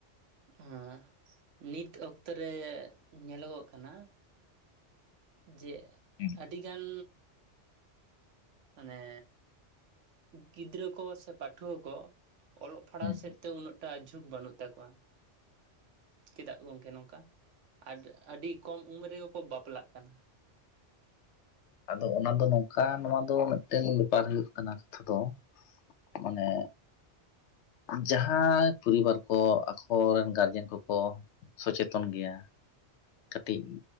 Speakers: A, on the right; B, on the left.
A: ᱟᱸ ᱱᱤᱛ ᱚᱠᱛᱚ ᱨᱮ ᱧᱮᱞᱚᱜᱚᱜ ᱠᱟᱱᱟ ᱡᱮ
B: ᱦᱮᱸ
A: ᱟᱹᱰᱤ ᱜᱟᱱ ᱢᱟᱱᱮ ᱜᱤᱫᱽᱨᱟᱹ ᱠᱚ ᱥᱮ ᱯᱟᱴᱷᱩᱣᱟᱹ ᱠᱚ ᱚᱞᱚᱜ ᱯᱟᱲᱦᱟᱣ
B: ᱦᱮᱸ
A: ᱥᱮᱫ ᱛᱮ ᱩᱱᱟᱹᱜ ᱴᱟ ᱡᱷᱩᱠ ᱵᱟᱹᱱᱩᱜ ᱛᱟᱠᱚᱣᱟ ᱾ ᱪᱮᱫᱟᱜ ᱜᱚᱝᱠᱮ ᱱᱚᱝᱠᱟ? ᱟᱰ ᱟᱹᱰᱤ ᱠᱚᱢ ᱩᱢᱮᱨ ᱨᱮᱜᱮ ᱠᱚ ᱵᱟᱯᱞᱟᱜ ᱠᱟᱱᱟ ᱾
B: ᱟᱫᱚ ᱚᱱᱟ ᱫᱚ ᱱᱚᱝᱠᱟ ᱱᱚᱣᱟ ᱫᱚ ᱢᱤᱫᱴᱮᱱ ᱵᱮᱯᱟᱨ ᱦᱩᱭᱩᱜ ᱠᱟᱱᱟ ᱠᱟᱛᱷᱟ ᱫᱚ ᱢᱟᱱᱮ ᱡᱟᱦᱟᱸᱭ ᱯᱚᱨᱤᱵᱟᱨ ᱠᱚ ᱟᱠᱚᱨᱮᱱ ᱜᱟᱨᱡᱮᱱ ᱠᱚᱠᱚ ᱥᱚᱪᱮᱛᱚᱱ ᱜᱮᱭᱟ, ᱠᱟᱹᱴᱤᱡ